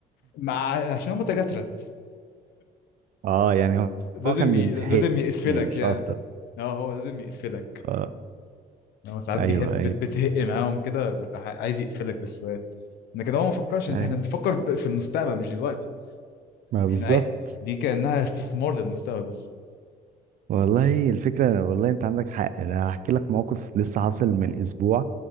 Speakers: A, on the left; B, on the right.
A: مع عشان هم تجاترة
B: اه يعني هو
A: لازم
B: هو كان بيمتحنني
A: ي... لازم يقفلك
B: مش
A: يعني
B: اكتر
A: اه هو لازم يقفلك
B: اه
A: هو ساعات
B: ايوه
A: بيحب
B: ايوه
A: بت- بتهق معاهم كده بيبقى ح- عايز يقفلك بالسؤال لكن هو ما فكرش انت
B: أيوة.
A: احنا بنفكر ب- في المستقبل مش دلوقتي
B: ما بالظبط
A: احنا أي... دي كأنها استثمار للمستقبل بس
B: والله الفكرة والله انت عندك حق انا هحكي لك موقف لسه حاصل من اسبوع